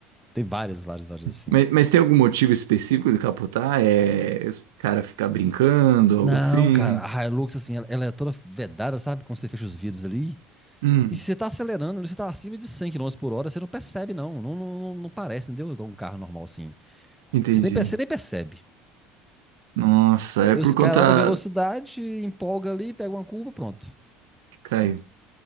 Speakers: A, in the centre; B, on the right.
A: Tem várias, várias, várias assim.
B: Mas, mas tem algum motivo específico de capotar? É o cara ficar brincando,
A: Não,
B: algo assim?
A: cara, a Hilux, assim, ela, ela é toda vedada, sabe? Quando você fecha os vidros ali.
B: Hum,
A: E se você tá acelerando, você tá acima de 100 quilômetros por hora, você não percebe, não. Não, não, não- não parece, entendeu? Igual um carro normal, assim.
B: entendi.
A: Você nem, perce- você nem percebe.
B: Nossa,
A: E
B: é
A: aí
B: por
A: os caras,
B: conta.
A: alta velocidade, empolga ali, pega uma curva, pronto.
B: Caiu.